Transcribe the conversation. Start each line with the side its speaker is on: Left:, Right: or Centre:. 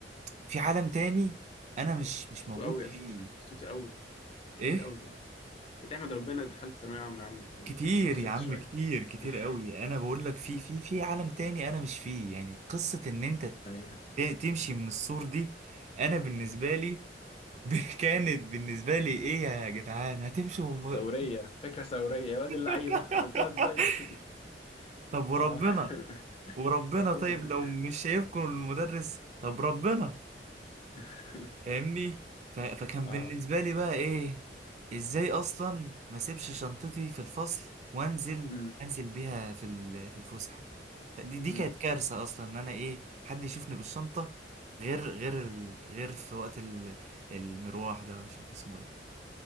Right: في عالم تاني انا مش
Left: كنت
Right: مش
Left: توتو
Right: موجود
Left: قوي
Right: فيه
Left: يا اسطى أنت كنت توتو قوي كتير
Right: ايه
Left: قوي كده أنت تحمد ربنا إنك دخلت ثانوية عامة يا عم و-
Right: كتير
Left: ونشفت
Right: يا عم
Left: شوية
Right: كتير كتير
Left: <laughs>
Right: قوي انا بقول لك في في في عالم تاني انا مش فيه يعني قصة ان انت
Left: أيوه
Right: ت- تمشي من السور دي انا بالنسبه لي <laughs> كانت بالنسبه لي ايه يا جدعان هتمشوا وم...
Left: ثورية فكرة ثورية يا واد اللعيبة
Right: <laughs>
Left: عملتوها إزاي دي؟ <laughs>
Right: طب وربنا
Left: آه <laughs>
Right: وربنا
Left: ده فجر
Right: طيب لو مش شايفكم المدرس طب ربنا
Left: <laughs>
Right: فاهمني ف... فكان
Left: اه
Right: بالنسبة لي بقى ايه ازاي اصلا ما اسيبش شنطتي في الفصل وانزل
Left: امم
Right: انزل بيها في ال- في الفسح فدي دي
Left: امم
Right: كانت كارثة اصلا ان انا ايه حد يشوفني بالشنطة غير غير ال... غير في وقت ال... المروح ده ولا مش عارف اسمه ايه